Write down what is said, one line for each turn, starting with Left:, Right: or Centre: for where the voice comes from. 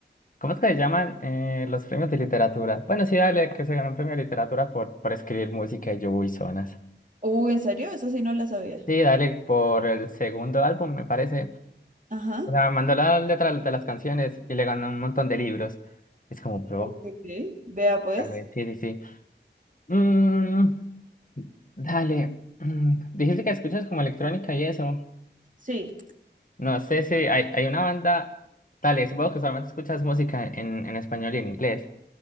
Left: ¿Cómo es que se llaman eh, los premios de literatura? Bueno, sí, dale, que se ganó un premio de literatura por, por escribir música y yo, uy, zonas.
Right: Uh, ¿en serio? Esa sí no la sabía.
Left: Sí, dale por el segundo álbum, me parece.
Right: Ajá.
Left: O sea, mandó las letras de las canciones y le ganó un montón de libros. Es como, bro,
Right: Ok. Vea pues.
Left: dale, sí, sí, sí. Mm, dale, mm, dijiste que escuchas como electrónica y eso.
Right: Sí.
Left: No sé si hay, hay una banda, dale, supongo que solamente escuchas música en, en español y en inglés.